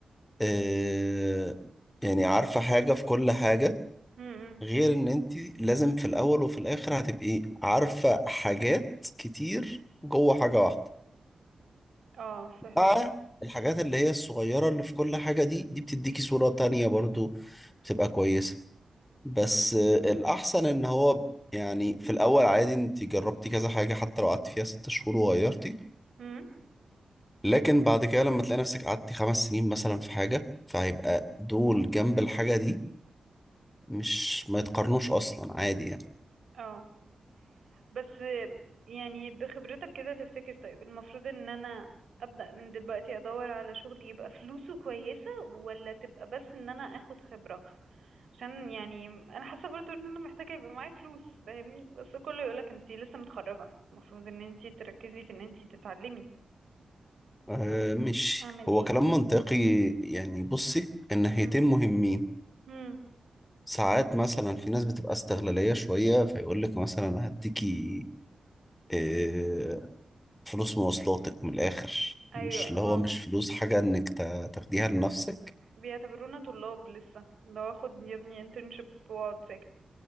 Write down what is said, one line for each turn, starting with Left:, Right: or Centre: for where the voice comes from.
Left: آه، يعني عارفة حاجة في كل حاجة
Right: امم
Left: غير ان انت لازم في الاول وفي الاخر هتبقي عارفة حاجات كتير جوه حاجة واحدة
Right: اه فهمك
Left: مع الحاجات اللي هي الصغيرة اللي في كل حاجة دي دي بتديكي صورة تانية برضو بتبقى كويسة بس
Right: امم
Left: آه، الأحسن إن هو يعني في الأول عادي أنت جربتي كذا حاجة حتى لو قعدت فيها ست شهور وغيرتي
Right: امم
Left: لكن بعد كده لما تلاقي نفسك قعدتي خمس سنين مثلا في حاجة فهيبقى دول جنب الحاجة دي مش ما يتقارنوش أصلا عادي يعني
Right: اه بس يعني بخبرتك كده تفتكر طيب المفروض ان انا ابدأ من دلوقتي ادور على شغل يبقى فلوسه كويسة ولا تبقى بس ان انا اخد خبرة عشان يعني انا حاسة برضو ان انا محتاجة يبقى معايا فلوس فاهمني بس كله يقولك انتي لسه متخرجة المفروض ان انتي تركزي في ان انتي تتعلمي
Left: أه مش
Right: فاعمل
Left: هو
Right: ايه
Left: كلام منطقي يعني بصي الناحيتين
Right: مم.
Left: مهمين
Right: مم.
Left: ساعات مثلا في ناس بتبقى استغلالية شوية فيقول لك مثلا أنا هديكي أه فلوس مواصلاتك من الآخر
Right: ايوه
Left: مش
Right: اه
Left: اللي هو مش فلوس حاجة إنك تا- تاخديها لنفسك
Right: بيعتبرونا طلاب لسه لو اخد يا ابني internship واقعد ساكت